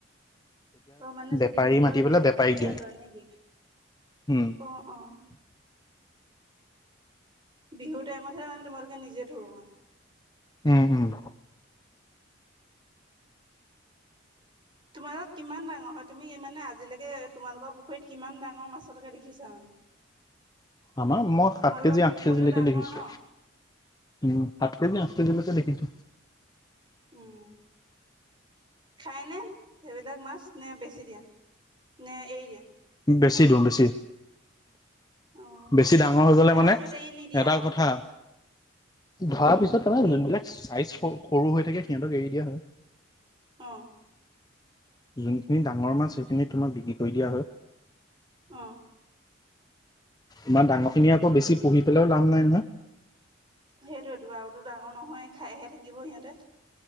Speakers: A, on the right; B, on the left.
A: অ' মানে যদি
B: বেপাৰী
A: কোনোবাই
B: মাতি পেলাই
A: বিচাৰে
B: বেপাৰীক
A: তেন্তেহে
B: দিওঁ
A: লয় নেকি?
B: উম
A: অ', অ'। বিহুৰ টাইমতহে মানে তোমালোকে নিজে ধৰোৱা।
B: হু'ম, হু'ম।
A: তোমালোকক কিমান ডাঙৰ হয় তুমি মানে আজিলৈকে তোমালোকৰ পুখুৰীত কিমান ডাঙৰ মাছকে দেখা দেখিছা মানে,
B: আমাৰ মই সাত
A: তোমালোকৰ
B: কেজি আঠ
A: পুখুৰীটো
B: কেজিলৈকে
A: ডাঙৰ
B: দেখিছোঁ
A: ন?
B: উ'ম, সাত কেজি, আঠ কেজি লৈকে দেখিছো।
A: উ'ম। খায় নে সেইবিলাক মাছ, নে বেছি দিয়ে, নে এৰি দিয়ে।
B: বেছি দিও, বেছি।
A: অ'
B: বেছি ডাঙৰ হৈ গলে
A: ধৰাৰ
B: মানে
A: পিছত এৰি নিদিয়া
B: এটা
A: আৰু মানে
B: কথা ধৰা
A: উম
B: পিছত তাৰমানে
A: কি
B: যোনবিলাক চাইজ সৰু হৈ থাকে সিহঁতক এৰি দিয়া হয়।
A: অ'।
B: যোনখিনি ডাঙৰ মাছ সেইখিনি তোমাক বিক্ৰী কৰি দিয়া হয়।
A: অ'।
B: ইমান ডাঙৰ খিনি আকৌ বেছি পুহি পেলাও লাভ নাই নহয়।
A: সেইটোৱেতো আৰু টো ডাঙৰ নহয় খাইহে থাকিব সিহঁতে।